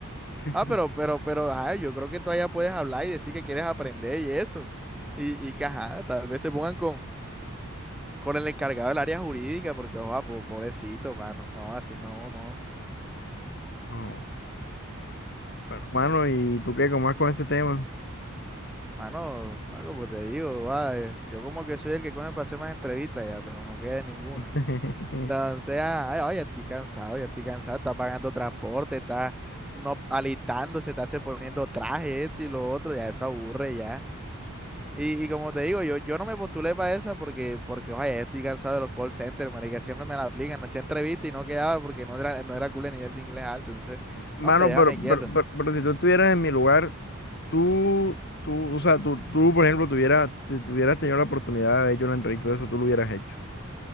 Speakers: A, on the left; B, in the centre.
A: <laughs>
B: Ah, pero, pero, pero, ay, yo creo que todavía puedes hablar y decir que quieres aprender y eso. Y, y que, ajá, tal vez te pongan con... con el encargado del área jurídica, porque, ojo pobrecito, mano, no, así no, no.
A: No, bueno, mano, ¿y tú qué? ¿Cómo vas con ese tema?
B: Mano, ah, como te digo, joa, eh, yo como que soy el que coge para hacer más entrevistas ya, pero no queda ninguna.
A: <laughs>
B: Entonces, ah ay, ya estoy cansado, ya estoy cansado, está pagando transporte, está no, alistándose, está se poniendo traje, esto y lo otro, ya eso aburre ya. Y, y como te digo, yo, yo no me postulé para esa porque, porque, oye, ya estoy cansado de los call centers, marica, siempre me la aplican, hacía entrevista y no quedaba porque no era, no era cool el nivel de inglés alto, entonces,
A: Mano,
B: no, hombre, déjame
A: pero,
B: quieto.
A: pero, pero, pero si tú estuvieras en mi lugar, tú, tú, o sea, tú, tú, por ejemplo, tuvieras, si tuvieras tenido la oportunidad de haber hecho una entrevista de eso, tú lo hubieras hecho.